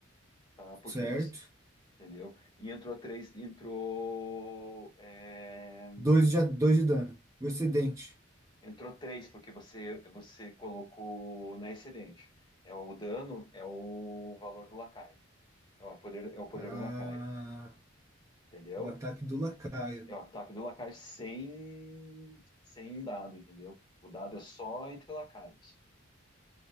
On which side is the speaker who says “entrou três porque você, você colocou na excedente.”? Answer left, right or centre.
Left